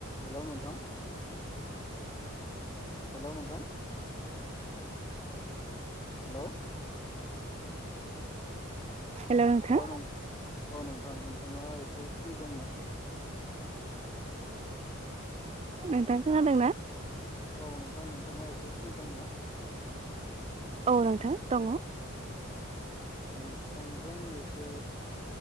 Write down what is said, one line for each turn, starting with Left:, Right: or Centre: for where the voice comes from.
Left: Hello नोंथां। Hello नोंथां hello
Right: hello नोंथां
Left: हेलौ नों अ नोंथां नोंथाङा एसे फ्रि दंना?
Right: नोंथां खोनादों ना?
Left: औ नोंथां नोंथाङा एसे फ्रि दंना?
Right: औ नोंथां दङ।
Left: नोंथांजों एसे